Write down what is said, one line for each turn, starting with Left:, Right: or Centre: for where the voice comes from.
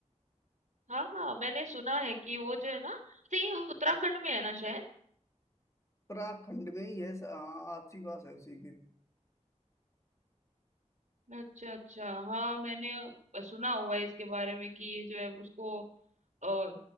Right: हाँ हाँ मैंने सुना है कि वो जो है ना तो ये उत्तराखंड में है ना शायद
Left: उत्तराखंड में ही है स- हाँ आपसी बात है उसी की
Right: अच्छा अच्छा हाँ मैंने सुना हुआ है इसके बारे में कि ये जो है उसको और